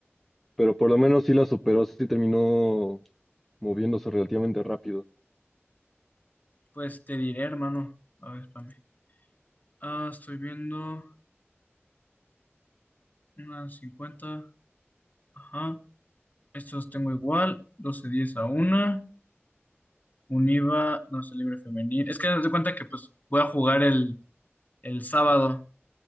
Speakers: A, in the centre; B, on the left (about 40°).
A: pero por lo menos sí la superó, sí terminó moviéndose relativamente rápido.
B: pues te diré, hermano. A ver, espérame. Ah, estoy viendo unas cincuenta Ajá. Estos tengo igual. doce diez a una Univa, sé, libre femenil. Es que haz de cuenta que pues voy a jugar el, el sábado.